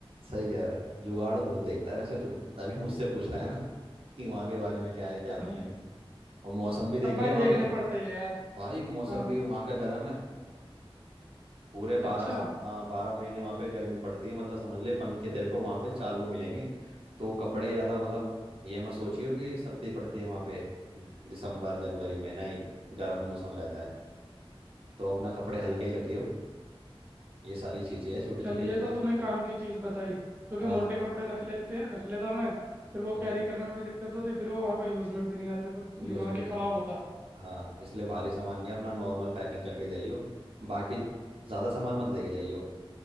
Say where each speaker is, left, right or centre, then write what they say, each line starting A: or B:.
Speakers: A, on the right; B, on the right.
A: सही कह रहा है जुगाड़ बहुत देखता है वैसे तू तभी मुझसे पूछ रहा है ना कि वहाँ के बारे में क्या है क्या
B: हाँ
A: नहीं है और मौसम भी देख
B: अब भाई
A: लिया
B: देखने
A: वहाँ पे
B: पड़ते हैं यार
A: भाई मौसम
B: हाँ
A: भी वहाँ का गर्म है पूरे बारह
B: अच्छा
A: हाँ बारह महीने वहाँ पे गर्मी पड़ती है मतलब समझ ले पंखे तेरे को वहाँ पे चालू मिलेंगे तो कपड़े ज़्यादा मतलब ये मत सोचियो कि सर्दी पड़ती है वहाँ पे दिसंबर जनवरी में नहीं गर्म मौसम रहता है तो अपना कपड़े हल्के ही रखियो ये सारी चीज़ें हैं छोटी
B: चल
A: छोटी
B: ये
A: जो
B: तो तूने काम की चीज बताई क्योंकि
A: हाँ
B: मोटे कपड़े रख लेते हैं रख लेता मैं फिर वो
A: हम्म,
B: कैरी करने में भी दिक्कत होती फिर वो वहाँ पे यूज में भी नहीं आते तो दिमाग
A: यूज़ में
B: ही
A: भी
B: खराब
A: नहीं आती
B: होता
A: हाँ इसलिए भारी सामान नहीं अपना नॉर्मल पैकिंग करके जाइयो बाकी ज़्यादा सामान मत लेके जाइयो